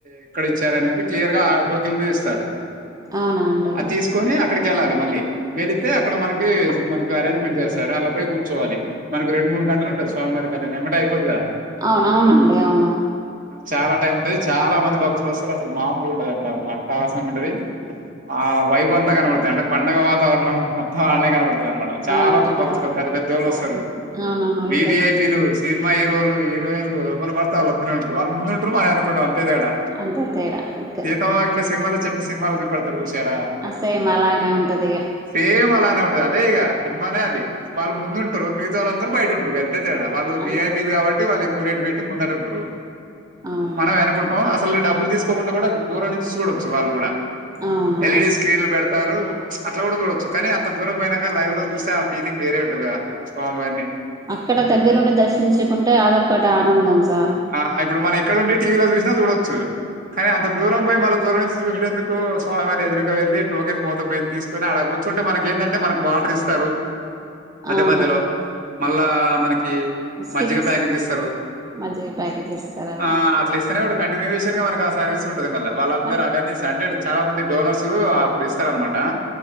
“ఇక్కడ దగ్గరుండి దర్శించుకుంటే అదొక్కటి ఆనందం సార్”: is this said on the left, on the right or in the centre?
Right